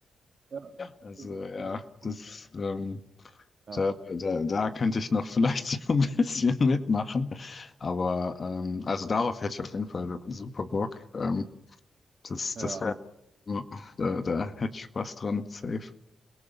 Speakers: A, on the right (about 60°); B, on the left (about 50°).
A: Ja,
B: Also
A: das ist auch
B: ja,
A: ziemlich
B: das
A: cool.
B: ähm,
A: Ja,
B: da, da, da könnte ich noch vielleicht <laughs> so ein bisschen mitmachen. Aber ähm, also darauf hätte ich auf jeden Fall super Bock. Ähm, das
A: ja.
B: das wäre, Ja. da, da hätte ich Spaß dran, safe.